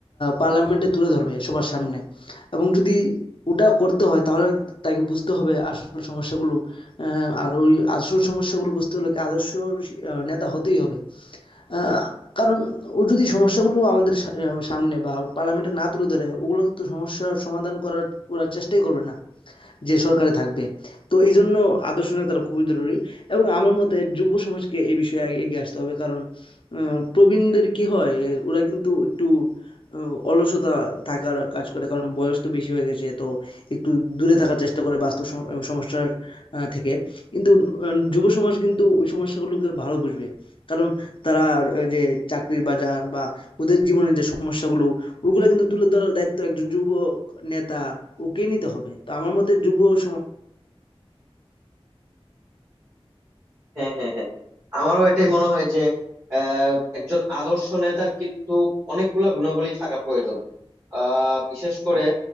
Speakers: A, on the left; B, on the right.
A: পার্লামেন্টে তুলে ধরবে সবার সামনে এবং যদি ওটা করতে হয় তাহলে তাকে বুঝতে হবে আসল সমস্যাগুলো আহ, আর ওই আসল সমস্যাগুলো বুঝতে হলে কি আদর্শ আহ, নেতা হতেই হবে আহ, কারণ ও যদি সমস্যাগুলো আমাদের সা- সামনে বা পার্লামেন্টে না তুলে ধরে ওগুলো তো সমস্যার সমাধান করার ওরা চেষ্টাই করবে না যে সরকারে থাকবে তো এই জন্য আদর্শ নেতারা খুবই জরুরি এবং আমার মতে যুব সমাজকে এই বিষয়ে আগে এগিয়ে আসতে হবে কারণ আহ, প্রবীণদের কি হয় এ, ওরা কিন্তু একটু আহ, অলসতা থাকার কাজ করে কারণ বয়স তো বেশি হয়ে গেছে তো একটু দূরে থাকার চেষ্টা করে বাস্তব সম- সমস্যার আহ, থেকে কিন্তু আহ, যুব সমাজ কিন্তু ওই সমস্যাগুলোকে ভালো বুঝবে কারণ তারা আহ, যে চাকরির বাজার বা ওদের জীবনের যে সমস্যাগুলো ওগুলো কিন্তু তুলে ধরার দায়িত্ব একজন যুব নেতা ওকে নিতে হবে তো আমার মতে যুব সমাজ
B: হ্যাঁ হ্যাঁ হ্যাঁ আমারও এটাই মনে হয় যে আহ, একজন আদর্শ নেতার কিন্তু অনেকগুলা গুণাবলী থাকা প্রয়োজন আহ, বিশেষ করে